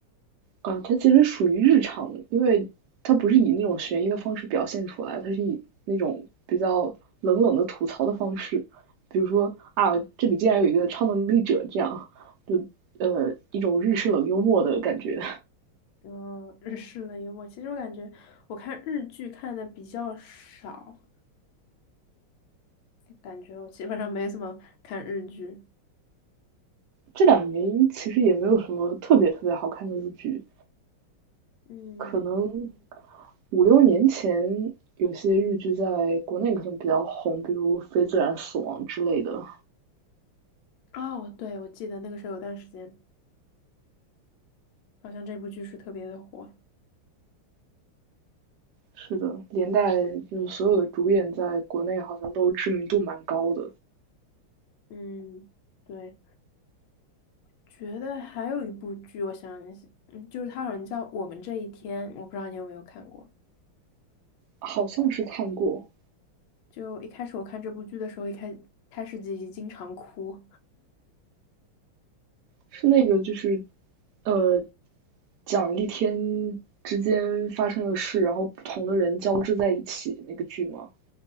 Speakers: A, on the right; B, on the left.
A: 啊，它其实属于日常，因为它不是以那种悬疑的方式表现出来，它是以那种比较冷冷的吐槽的方式，比如说啊，这里竟然有一个超能力者这样，就呃一种日式冷幽默的感觉。
B: 嗯，<laughs> 日式的幽默。其实我感觉我看日剧看的比较少，感觉我基本上没怎么看日剧。
A: 这两年其实也没有什么特别特别好看的日剧，
B: 嗯，
A: 可能五六年前有些日剧在国内可能比较红，比如《非自然死亡》之类的。
B: 哦，对，我记得那个时候有段时间，好像这部剧是特别的火。
A: 是的，连带就是所有的主演在国内好像都知名度蛮高的，
B: 嗯，对，觉得还有一部剧，我想一下嗯，就是它好像叫《我们这一天》，我不知道你有没有看过。
A: 好像是看过，
B: 就一开始我看这部剧的时候，一开开始自集经常哭，
A: 是那个就是，呃，讲一天之间发生的事，然后不同的人交织在一起那个剧吗？